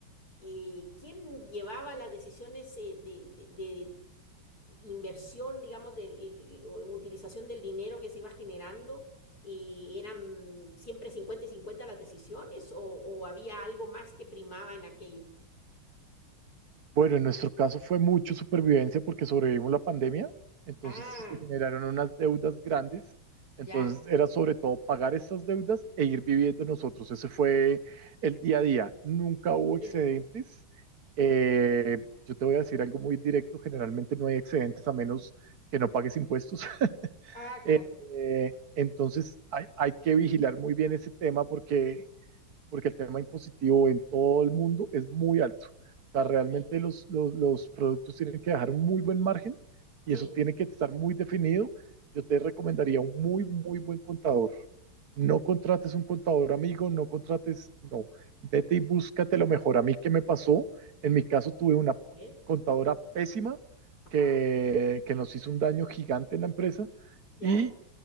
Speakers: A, on the left (about 45°); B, on the right (about 50°).
A: eh, ¿quién llevaba las decisiones eh, de, de- de inversión, digamos, del, el- o utilización del dinero que se iba generando, y eran siempre 50 y 50 las decisiones o, o había algo más que primaba en aquello?
B: Bueno, en nuestro caso fue mucho supervivencia porque sobrevivimos la pandemia, entonces
A: Ah,
B: se generaron unas deudas grandes,
A: ya,
B: entonces era sobre todo pagar esas deudas e ir viviendo nosotros, ese fue el día a día, nunca
A: entiendo.
B: hubo excedentes. Eh,
A: Ok.
B: yo te voy a decir algo muy directo, generalmente no hay excedentes a menos que no pagues impuestos. <laughs>
A: Ah, claro.
B: Eh, eh, entonces hay, hay que vigilar muy bien ese tema porque porque el tema impositivo en todo el mundo es muy alto. O sea, realmente
A: Sí,
B: los, los, los productos tienen que dejar un muy buen margen y
A: sí.
B: eso tiene que estar muy definido. Yo te recomendaría un muy, muy buen contador. No contrates un contador amigo, no contrates, no. Vete
A: Mm,
B: y búscate lo mejor. A mí, ¿qué me pasó? En mi caso, tuve una
A: A ver,
B: contadora pésima
A: ajá,
B: que, que nos hizo un daño gigante en la empresa
A: ya,
B: y